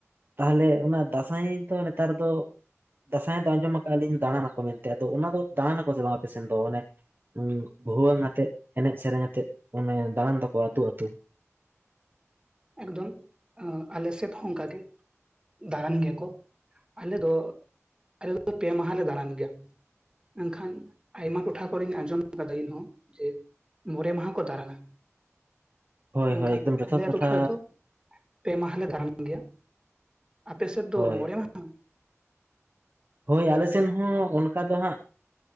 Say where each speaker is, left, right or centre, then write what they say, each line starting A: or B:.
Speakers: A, on the right; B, on the right.
A: ᱛᱟᱦᱚᱞᱮ ᱚᱱᱟ ᱫᱟᱸᱥᱟᱭ ᱫᱚ ᱱᱮᱛᱟᱨ ᱫᱚ? ᱫᱟᱸᱥᱟᱭ ᱫᱚ ᱟᱸᱡᱚᱢ ᱟᱠᱟᱫ ᱟᱞᱤᱧ ᱫᱟᱬᱟᱱᱟᱠᱚ ᱢᱮᱱᱛᱮ ᱟᱫᱚ ᱚᱱᱟ ᱫᱚ ᱫᱟᱬᱟᱱ ᱟᱠᱚ ᱥᱮ ᱵᱟᱝ ᱟᱯᱮ ᱥᱮᱱ ᱫᱚ ᱢᱟᱱᱮ? ᱵᱷᱩᱣᱟᱹᱝ ᱟᱛᱮᱫ ᱮᱱᱮᱡ ᱥᱮᱨᱮᱧ ᱟᱛᱮᱫ ᱚᱱᱮ ᱫᱟᱬᱟᱱ ᱫᱚ ᱠᱚ ᱟᱹᱛᱩ, ᱟᱹᱛᱩ,
B: ᱮᱠᱫᱚᱢ ᱟᱞᱮ ᱥᱮᱫ ᱦᱚᱸ ᱚᱝᱠᱟ ᱜᱮ ᱫᱟᱬᱟᱱ ᱜᱮᱭᱟ ᱠᱚ ᱟᱞᱮ ᱫᱚ ᱟᱞᱮᱫ ᱫᱚ ᱯᱮ ᱢᱟᱦᱟ ᱞᱮ ᱫᱟᱬᱟᱱ ᱜᱮᱭᱟ᱾ ᱢᱮᱱᱠᱷᱟᱱ ᱟᱭᱢᱟ ᱴᱚᱴᱷᱟ ᱠᱚᱨᱮᱧ ᱟᱸᱡᱚᱢ ᱟᱠᱟᱫᱟ ᱤᱧ ᱦᱚᱸ ᱡᱮᱼᱼ ᱢᱚᱬᱮ ᱢᱟᱦᱟ ᱠᱚ ᱫᱟᱬᱟᱱᱟ᱾
A: ᱦᱚᱭ
B: ᱢᱮᱱᱠᱷᱟᱱ
A: ᱦᱚᱭ ᱮᱠᱫᱚᱢ ᱡᱚᱛᱷᱟᱛ᱾
B: ᱟᱞᱮ
A: ᱠᱟᱛᱷᱟ
B: ᱴᱚᱴᱷᱟ ᱨᱮᱫᱚ ᱯᱮ ᱢᱟᱦᱟ ᱞᱮ ᱫᱟᱨᱟᱱ ᱜᱮᱭᱟ ᱟᱯ ᱥᱮᱫ ᱫᱚ
A: ᱦᱳᱭ
B: ᱢᱚᱬᱮ ᱢᱟᱦᱟ?
A: ᱦᱳᱭ ᱟᱞᱮ ᱥᱮᱱ ᱦᱚᱸ ᱚᱱᱠᱟ ᱫᱚ ᱦᱟᱸᱜᱼᱼ